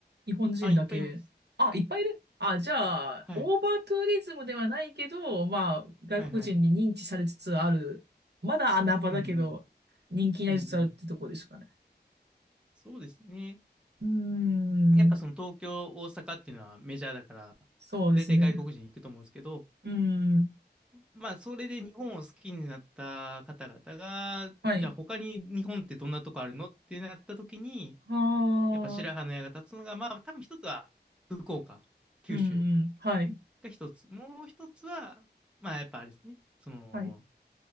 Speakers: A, on the right (about 70°); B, in the centre.
A: 日本人だけ。
B: あ、いっぱいいます。
A: あ、いっぱいいるあ、じゃあ、
B: はい。
A: オーバーツーリズムではないけど、まあ、外国人に認知されつつある。
B: はいはい。
A: まだ穴場だけど、
B: うんうん。
A: 人気になりつつあるってとこですかね。
B: うんうん。そうですね。
A: うーん、
B: やっぱその東京、大阪っていうのはメジャーだから、
A: そうですね。
B: 大体外国人行くと思うんですけど、
A: うーん、
B: まあ、それで日本を好きになった方々が、
A: はい。
B: じゃあ他に日本ってどんなとこあるのってなった時に、
A: ああ、
B: やっぱ白羽の矢が立つのが、まあ多分一つは福岡、九州
A: うんうん。はい。
B: が一つ。もう一つは、まあやっぱあれですね、その、
A: はい。